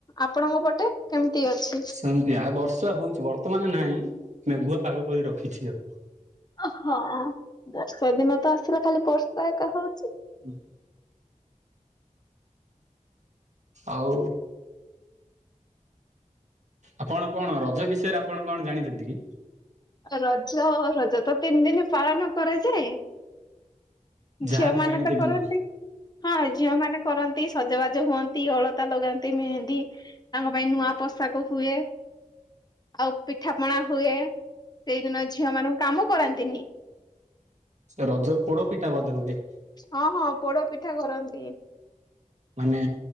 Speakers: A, on the left (about 30°); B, on the right (about 60°).
A: ଆପଣଙ୍କ ପଟେ କେମିତି ଅଛି।
B: ସେମତି ଆଉ ବର୍ଷା ହଉଛି ବର୍ତ୍ତମାନ ନାହିଁ ମେଘୁଆ ପାଗ କରି ରଖିଚି ଆଉ।
A: ଓ ହଁ ବର୍ଷା ଦିନ ତ ଆସିଲା ଖାଲି ବର୍ଷ ଏକା ହଉଚି।
B: ହ ଆଉ ଆପଣ କଣ ରଜ ବିଷୟରେ ଆପଣ କଣ ଜାଣିଚନ୍ତି କି?
A: ରଜ ରଜ ତ ତିନି ଦିନ ପାଳନ କରାଯାଏ।
B: ଯାହାବି
A: ଝିଅ ମାନେ
B: ଜାଣିଥିବେ
A: ତ କରନ୍ତି
B: ନା
A: ହଁ ଝିଅ ମାନେ କରନ୍ତି। ସଜବାଜ ହୁଅନ୍ତି ଅଳତା ଲଗାନ୍ତି ମେହେନ୍ଦୀ ତାଙ୍କ ପାଇଁ ନୂଆ ପୋଷାକ ହୁଏ। ଆଉ ପିଠାପଣା ହୁଏ ସେଇଦିନ ଝିଅ ମାନଙ୍କୁ କାମ କରନ୍ତିନି।
B: ରଜ ପୋଡ ପିଠା ବଧ ହୁଏ?
A: ହଁ ହଁ ପୋଡ ପିଠା କରନ୍ତି।
B: ମାନେ